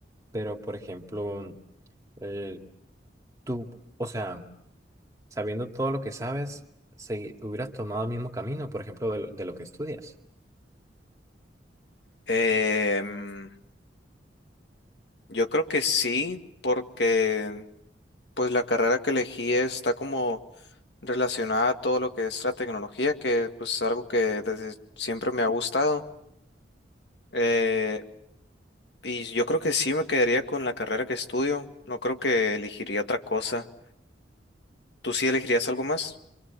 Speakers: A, on the right; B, on the left.
A: Pero, por ejemplo, eh, tú, o sea, sabiendo todo lo que sabes, si hubieras tomado el mismo camino, por ejemplo, de, lo- de lo que estudias.
B: Em, yo creo que sí, porque pues la carrera que elegí está como relacionada a todo lo que es la tecnología, que pues es algo que desde siempre me ha gustado. Eh, y yo creo que sí me quedaría con la carrera que estudio. No creo que elegiría otra cosa. ¿Tú sí elegirías algo más?